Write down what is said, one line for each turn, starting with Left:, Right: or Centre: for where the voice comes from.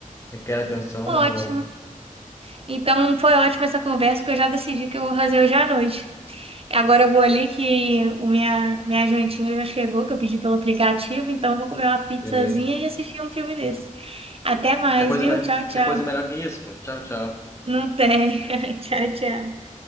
Left: Requer atenção,
Right: ótimo.
Left: é bom.
Right: Então foi ótima essa conversa, porque eu já decidi que eu vou fazer hoje à noite. Agora eu vou ali que o minha, minha jantinha já chegou, que eu pedi pelo aplicativo, então eu vou comer uma pizzazinha
Left: Beleza.
Right: e assistir um filme desse. Até mais,
Left: Quer coisa,
Right: viu?
Left: me...
Right: Tchau, tchau.
Left: Quer coisa melhor que isso? Tchau, tchau.
Right: Não tem. <laughs> Tchau, tchau.